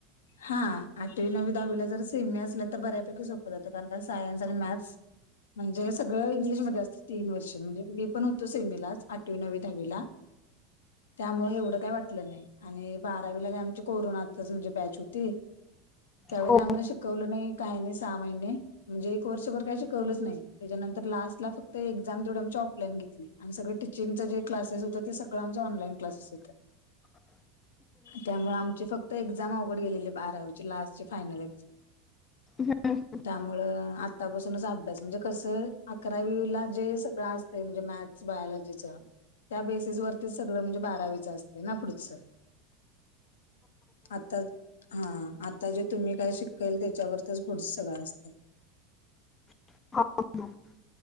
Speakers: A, on the left (about 75°); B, on the left (about 25°).
A: हा आठवी नववी दहावीला जर सेमी असलं तर बऱ्यापैकी सोपं जातं कारण का सायन्स आणि मॅथ्स म्हणजे सगळं इंग्लिशमध्येच असतं तीन वर्षे म्हणजे मी पण होतो सेमीलाच आठवी नववी दहावीला त्यामुळं एवढं काय वाटलं नाही आणि बारावीला काय आमची कोरोनातच म्हणजे बॅच होती त्यावेळी
B: हो
A: काय आम्हाला शिकवलं नाही काय नाही सहा महिने म्हणजे एक वर्षभर काही शिकवलंच नाही. त्याच्यानंतर लास्ट ला फक्त एक्झाम तेवढी आमची ऑफलाईन घेतली. आणि सगळं टिचिंगचं जे क्लासेस होतं ते सगळं आमचं ऑनलाईन क्लासेस होतं.
B: <unintelligible>
A: त्यामुळं आमची फक्त एक्झ एक्झाम अवघड गेलेली बारावीची लास्टची फायनल एक्झ
B: हम्म.
A: त्यामुळं आतापासूनच अभ्यास म्हणजे कसं अकरावीला जे सगळं असतंय म्हणजे मॅथ स, बायलॉजीचं त्या बेसिस वरती सगळं म्हणजे बारावीचं असतंय ना पुढचं आता हा आता जे तुम्ही काय शिकल त्याच्यावरतीच पुुढचं सगळं असतं
B: <inaudible>